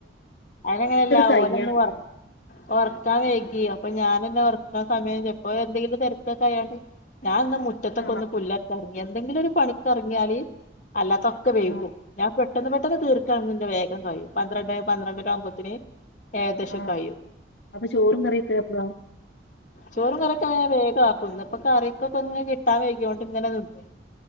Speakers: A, on the left (about 45°); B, on the left (about 70°).
A: അയ്നങ്ങനല്ല
B: കയ്യണം
A: ഓന ന്ന് ഒറ്ക്കാൻ വൈകി അപ്പൊ ഞാനന്നെ ഒർ എത്ര സമയംപ്പോ എന്തെങ്കിലും തെർക്കെക്കെ അയാണ്ട് ഞാന്ന് മുറ്റത്തൊക്കൊന്ന്
B: ആ
A: പുല്ലറക്ക എന്തെങ്കിലൊരു പണിക്കറ് ങ്ങ്യാല് അല്ലാത്തൊക്കെ വേവിക്കും
B: ആ
A: ഞാൻ പെ- പെട്ടന്ന് പെട്ടന്ന് തീർക്കാണിന്റെ വേഗം കയ്യും പന്ത്രണ്ടെ പന്ത്രണ്ടരാഉമ്പോത്തിനി ഏകദേശം
B: ആ
A: കയ്യും
B: അപ്പൊ ചോറും കറിയൊക്കെ എപ്പളാ
A: ചോറും കറിക്കെ ഞാ വേഗമാക്കും ഇന്ന് ഇപ്പം കറിക്കൊക്കെന്ന് കിട്ടാൻ വൈകോണ്ട് ഇങ്ങനെ നിന്ന്